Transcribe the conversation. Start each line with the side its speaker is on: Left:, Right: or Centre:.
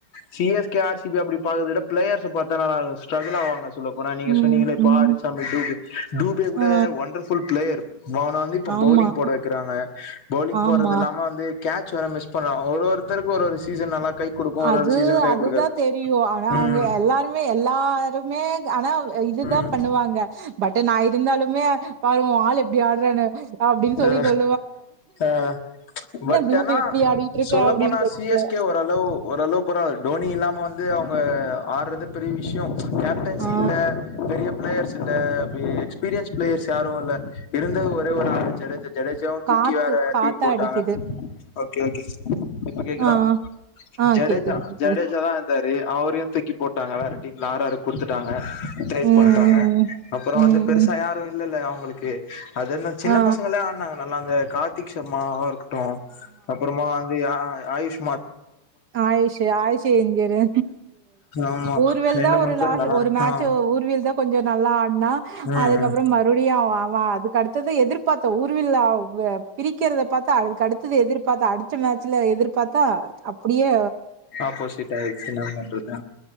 Left: C S K R C B அப்டி பாக்கற விட பிளேயர்ஸ பாத்தா நல்லா இருக்கு ஸ்ட்ரகுல் ஆவாங்க சொல்லப் போறா நீங்க
Right: ம்
Left: சொன்னீங்களே இப்ப
Right: ம்
Left: ஆறு சாமி டூபே டூபே கூட
Right: ஆ
Left: ஒண்டர் ஃபுல் பிளேயரு பவுன வந்து இப்ப
Right: ஆமா
Left: பௌலிங் போட வெக் இருக்குறாங்க பௌலிங்
Right: ஆமா
Left: போற்றது இல்லாம வந்து கேட்ச் ச்சவேற மிஸ் பண்றா ஒரு ஒருத்தருக்கு ஒரு ஒரு சீசன் நல்லா கை குடுக்கு ஒரு
Right: அது
Left: ஒரு சீசன் கை
Right: அதுதா
Left: குடுக்காது
Right: தெரியு ஆனா
Left: ம்
Right: அவங்க எல்லாருமே எல்லாருமே ஆனா இதுதா
Left: ம்
Right: பண்ணுவாங்க பட்டு நா இருந்தாலுமே பாரு வு ஆளு எப்டி ஆடுறானு அப்டின் சொல்லி
Left: ஆ
Right: சொல்
Left: ஆ பட்
Right: தூபு
Left: ஆனா
Right: இப்டி ஆடிட்டு இருக்க
Left: சொல்லப்போனா
Right: அப்டின்னு சொல்லிட்டு
Left: சி எஸ் கே ஓரளவு ஓரளவுக்கு பரவால்ல டோனி இல்லாம வந்து அவுங்க ஆடுறதே பெரிய விஷ்யோ கேப்டன்சி
Right: ஆ
Left: இல்ல பெரிய பிளேயர்ஸ் கிட்ட அப்டி எக்ஸ்பீரியன்ஸ் பிளேயர்ஸ் யாரு இல்ல இருந்தா ஒரே ஒரு அடுச்சாலே ஜெ ஜடேசாவு தூக்கி
Right: காத்து
Left: வேற
Right: காத்தா
Left: டீம் போட்டாங்க
Right: அடிக்குது
Left: ஓகே ஓகே இப்ப கே்கலாம்
Right: ஆ ஆ
Left: ஜடேஜா
Right: கேக்குது கேக்குது
Left: ஜடேஜாதா இந்த து அவரையு தூக்கி போட்டாங்க வேற டீம்ல ஆறாறு குடுத்துட்டாங்க ட்ரை
Right: ம்
Left: பண்றாங்க
Right: ம்
Left: அப்புறோ
Right: ம் ம்
Left: வந்து பெருசா
Right: ம்
Left: யாரு இல்லல்ல அவங் அவங்களுக்கு அது என்ன சின்ன
Right: ஆ
Left: பசங்களா நல்லா அந்த கார்த்திக் சர்மா அவ இருக் ட்டு அப்புறமா அந்து யா ஆயிஷ்
Right: ஆயிஷு ஆயிச்சு எஞ்சுரு
Left: ஆமா
Right: ஆ ஒருவேல
Left: ரெண்டு
Right: தா
Left: மூணு
Right: ஒரு
Left: பேர் நல்லா
Right: ஒரு மேட்ச
Left: ஆ
Right: ஒர்வியல் தா கொஞ்ச நல்லா ஆடினா
Left: ம்
Right: அதுக்கப்புறோ
Left: ம்
Right: மறுபடி ஆவ அ அதுக்கடுத்தத எதிர்பார்த்த ஊர்வில்ல பிரிக்கரத பாத்த அ அதுக்கடுத்தத எதிர்பார்த்த அடுத்த மேட்சல எதிர்ப் பாத்தா அப் ப்படியே
Left: ஆப்போசிட் ஆயிருச்சுன பண்றது